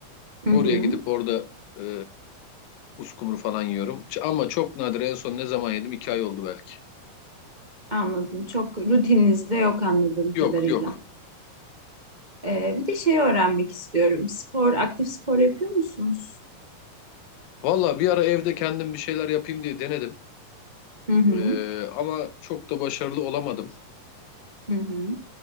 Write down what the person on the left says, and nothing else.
Oraya
gidip orada e, uskumru falan yiyorum. Ç- Ama çok nadir en son ne zaman yedim? İki ay oldu belki.
Yok
yok.
Valla bir ara evde kendim bir şeyler yapayım diye denedim.
E, ama çok da başarılı olamadım.